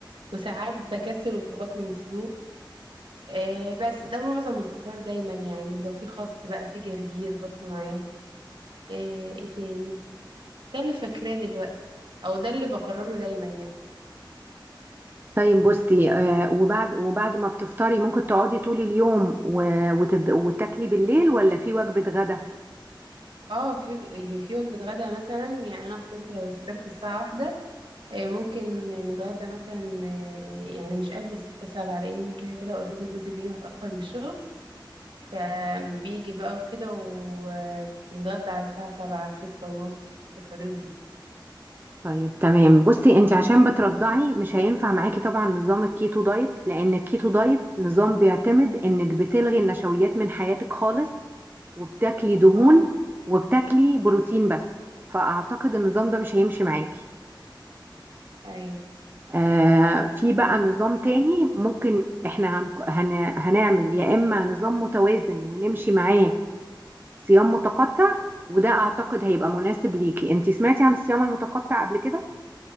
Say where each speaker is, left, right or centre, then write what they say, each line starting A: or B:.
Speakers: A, on the right (about 75°); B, on the right (about 25°).
A: وساعات بكسر وباكله مسلوق آه، بس ده معظم الفطار دايما يعني لو في خس بقى في جرجير باكله معاه آه، ايه تاني ده اللي فاكراه دلوقتي او ده اللي بكرره دايما يعني
B: طيب بصي آه وبعد وبعد ما بتفطري ممكن تقعدي طول اليوم و- وتد... وتاكلي بالليل ولا في وجبة غدا؟
A: اه في يعني في وجبة غدا مثلا يعني انا فطرت لو فطرت الساعة واحدة آه، ممكن نتغدى مثلا آه، يعني مش قبل ستة سبعة لأن كده كده اوريدي جوزي بيجي متأخر من الشغل فبيجي بقى وكده ونتغدى على الساعة سبعة ستة ونص في الحدود دي
B: طيب تمام بصي انت عشان بترضعي مش هينفع معاكي طبعا نظام الكيتو دايت لان الكيتو دايت نظام بيعتمد انك بتلغي النشويات من حياتك خالص وبتاكلي دهون
A: اه
B: وبتاكلي بروتين بس فاعتقد النظام ده مش هيمشي معاكي
A: أيوة
B: آه في بقى نظام تاني ممكن احنا هن... هن... هنعمل يا اما نظام متوازن ونمشي معاه صيام متقطع وده اعتقد هيبقى مناسب ليكي انت سمعتي عن الصيام المتقطع قبل كده